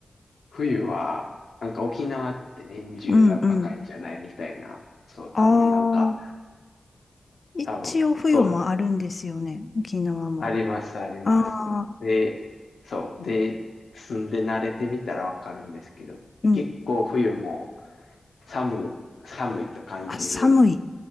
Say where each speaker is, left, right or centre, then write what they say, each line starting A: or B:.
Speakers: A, on the left (about 85°); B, on the left (about 45°).
A: 冬は、なんか沖縄って年中あったかいんじゃないみたいな。
B: んうん。
A: そう、
B: ああ、
A: 多分なんか、
B: 一応冬もあるんですよね。
A: 多分、そうです。
B: 沖縄も。
A: あります、あります。
B: ああ、
A: で、そう。で、住んで慣れてみたらわかるんですけど、
B: うん。
A: 結構冬も、寒い、寒いと感じる。
B: あ、寒いっ